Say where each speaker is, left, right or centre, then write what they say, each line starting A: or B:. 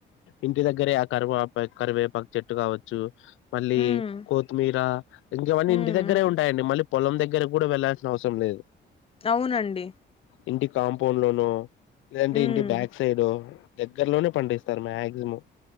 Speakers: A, on the left (about 80°); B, on the left (about 30°).
A: ఇంటి దగ్గరే ఆ కరువా కరివేపాకు చెట్టు కావచ్చు మళ్ళీ
B: ఉమ్
A: కొత్తిమీర ఇంకవన్నీ ఇంటి
B: ఉమ్
A: దగ్గరే
B: ఉమ్
A: ఉంటాయండి మళ్ళీ పొలం దగ్గర కూడా వెళ్ళాల్సిన అవసరం లేదు
B: అవునండి
A: ఇంటి కాంపౌండ్ లోనూ లేదంటే
B: ఉమ్
A: ఇంటి బ్యాక్ సైడ్ దగ్గరలోనే పండిస్తారు మాక్సిమం